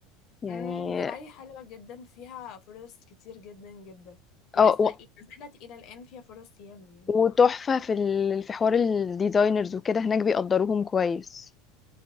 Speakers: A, on the left; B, on the left.
A: يعني
B: امم دبي حلوة جدا فيها فرص كتير جدا جدا ولسه
A: اه
B: ما زالت الى الان فيها فرص ياما يعني
A: وتحفة
B: ما
A: في ال... في حوار الديزاينرز وكده هناك بيقدروهم كويس